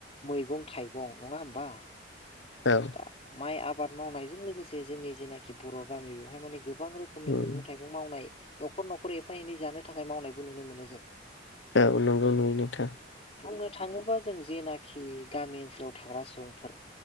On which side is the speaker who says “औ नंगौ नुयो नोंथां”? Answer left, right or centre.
Left